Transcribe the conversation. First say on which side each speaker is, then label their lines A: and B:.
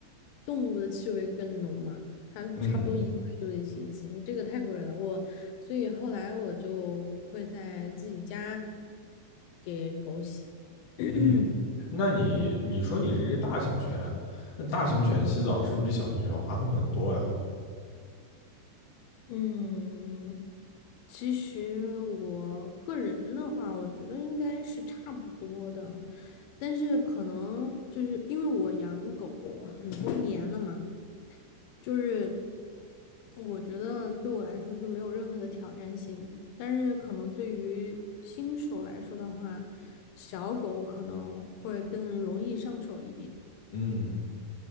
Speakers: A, on the left (about 85°); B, on the left (about 35°).
A: 动物的气味更浓嘛，它差不多一个月就得洗一次，
B: 嗯
A: 你这个太贵了。我所以后来我就会在自己家给狗洗。<clears throat>
B: 嗯，那你你说你是一个大型犬，
A: 对，
B: 那大型犬洗澡是不是比小型犬要麻烦很多呀？
A: 嗯，其实我个人的话，我觉得应该是差不多的，但是可能就是因为我养狗很多年了嘛。就是我觉得对我来说就没有任何的挑战性，但是可能对于新手来说的话，小狗可能会更容易上手一点。
B: 嗯，